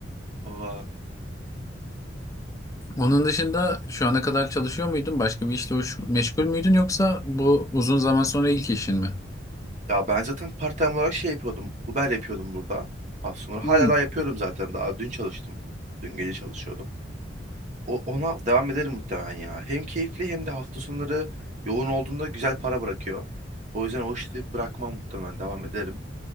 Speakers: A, on the right; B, on the left.
A: Oha.
B: Onun dışında şu ana kadar çalışıyor muydun? Başka bir işle uğraş- meşgul müydün yoksa bu uzun zaman sonra ilk işin mi?
A: Ya ben zaten part-time olarak şey yapıyordum. Uber yapıyordum burada. Hafta sonları. Hala
B: Hmm,
A: daha yapıyorum zaten. Daha dün çalıştım. Dün gece çalışıyordum. O, ona devam ederim muhtemelen ya. Hem keyifli hem de hafta sonları yoğun olduğunda güzel para bırakıyor. O yüzden o işi bırakmam muhtemelen. Devam ederim.